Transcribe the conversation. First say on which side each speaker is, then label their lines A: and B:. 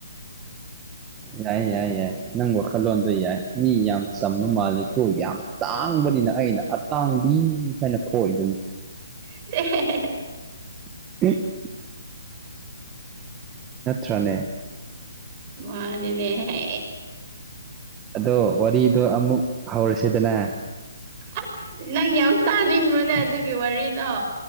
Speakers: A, on the right; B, on the right.
A: ꯌꯥꯏ ꯌꯥꯏ ꯌꯥꯏ ꯅꯪ ꯋꯥꯈꯜꯂꯣꯟꯗꯣ ꯌꯥꯏ ꯃꯤ ꯌꯥꯝ ꯆꯥꯝꯕ ꯃꯥꯜꯂꯦꯀꯣ ꯌꯥꯝ ꯇꯥꯡꯕꯅꯤꯅ ꯑꯩꯅ ꯑꯇꯥꯡꯕꯤ ꯍꯥꯏꯅ ꯈꫭꯏꯔꯤꯗꯨꯅꯤ
B: <inaudible>
A: <inaudible> ꯅꯠꯇ꯭ꯔꯥꯅꯦ
B: ꯃꯥꯅꯤꯅꯦ ꯍꯦ
A: ꯑꯗꯣ ꯋꯥꯔꯤꯗꯣ ꯑꯃꯨꯛ ꯍꯧꯔꯁꯤꯗꯅ
B: ꯑꯁ ꯅꯪ ꯌꯥꯝ ꯇꯥꯅꯤꯡꯕ꯭ꯔ ꯅꯪ ꯑꯗꯨꯒꯤ ꯋꯥꯔꯤꯗꯣ